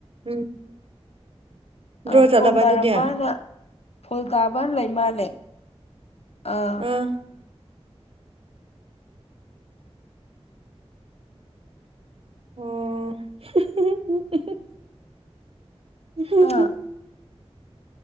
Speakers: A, on the right (about 60°); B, on the left (about 70°).
A: <inaudible> ꯗ꯭ꯔꯣ
B: ꯑ ꯐꯣꯜ
A: ꯆꯠꯂꯕ
B: ꯇꯥꯔꯝꯕꯥꯅ
A: ꯑꯗꯨꯗꯤ ꯑꯥ
B: ꯐꯣꯜ ꯇꯥꯕꯟ ꯂꯩꯃꯥꯜꯂꯦ ꯑꯥ
A: ꯑꯣ ꯎꯝ <unintelligible> <unintelligible>
B: ꯍꯥ